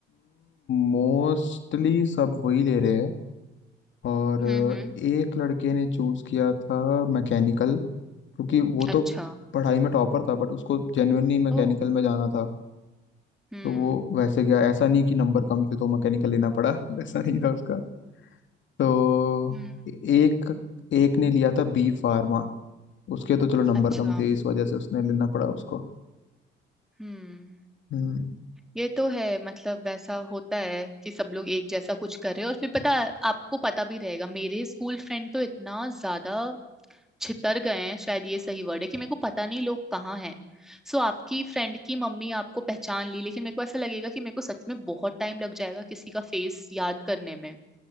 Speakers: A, on the left (about 70°); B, in the centre.
A: मोस्टली सब वही ले रहे हैं और
B: हम्म हम्म
A: एक लड़के ने चूज किया था मैकेनिकल क्योंकि वो
B: अच्छा
A: तो पढ़ाई में टॉपर था बट उसको जेन्युइनली मैकेनिकल
B: ओह
A: में जाना था
B: हम्म
A: तो वो वैसे गया ऐसा नहीं कि नंबर कम थे तो मैकेनिकल लेना पड़ा <laughs> वैसा नहीं था उसका तो
B: हम्म
A: ए- एक एक ने लिया था बी फार्मा उसके तो चलो नंबर
B: अच्छा
A: कम थे इस वजह से उसने लेना पड़ा उसको
B: हम्म
A: हम्म
B: ये तो है मतलब वैसा होता है कि सब लोग एक जैसा कुछ कर रहे हो और फिर पता आपको पता भी रहेगा मेरे स्कूल फ्रेंड तो इतना ज्यादा छितर गए हैं शायद ये सही वर्ड है कि मेरे को पता नहीं लोग कहाँ हैं सो आपकी फ्रेंड की मम्मी आपको पहचान ली लेकिन मेरे को ऐसा लगेगा कि मेरे को सच में बहुत टाइम लग जाएगा किसी का फेस याद करने में